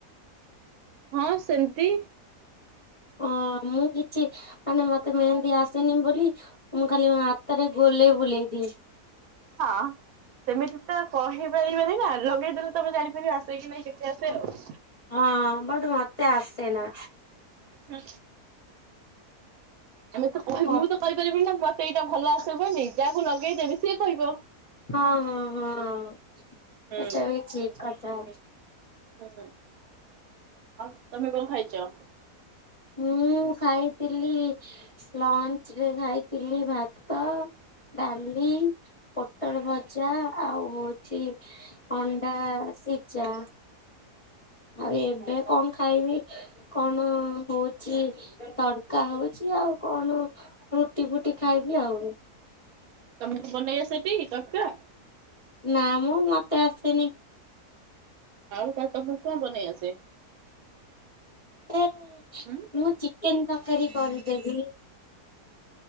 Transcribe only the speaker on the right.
ହଁ ସେମତି।
ହଁ ସେମିତି ତ କହିପାରି ବିନିନା ଲଗେଇଦେଲେ ତମେ ଜାଣିପାରିବ ଆସେ କି ନାଇଁ କେତେ ଆସେ ଆଉ।
ହୁଁ। ଆମେ ତ କହି
ମୁଁ ତ କହିପାରିବିନି ମତେ ଏଇଟା ଭଲ ଆସେ ବୋଲି ଯାହାକୁ ଲଗେଇଦେବି ସିଏ କହିବ।
ହୁଁ
ହୁଁ ଆଉ ତମେ ଖାଇଚ ଖାଇଚ?
ତମକୁ ବନେଇ ଆସେଟି ତଡକା?
ଆଉ କ ତମକୁ କଣ ବନେଇ ଆସେ?
ହୁଁ